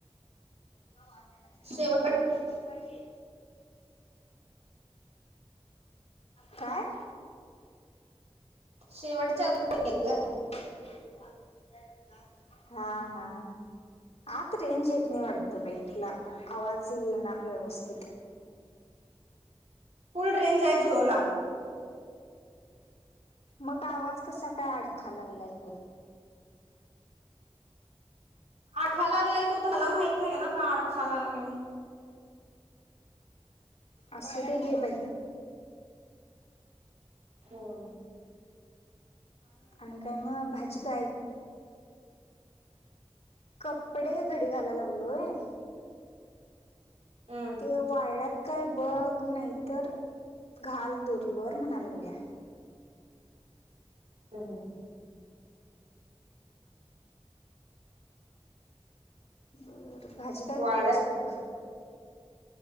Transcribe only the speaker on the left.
नवाच्याला
चपातीय <unintelligible> काय?
<inaudible> हा हा आत रेंज येत नई वाट -त बाई तुला, आवाज येई ना व्यवस्थित.
मग आवाज कसा काय अडखा लागलाय ग.
असु दे घे बाई.
आणि काय म भाजी काय कपडे घडी घालाय लागलोय.
ते वाळ्लात काय बघ नाही तर घाल दोरीवर म्हणा लागल्या.
बरं भाजी काय
केल्यास मग?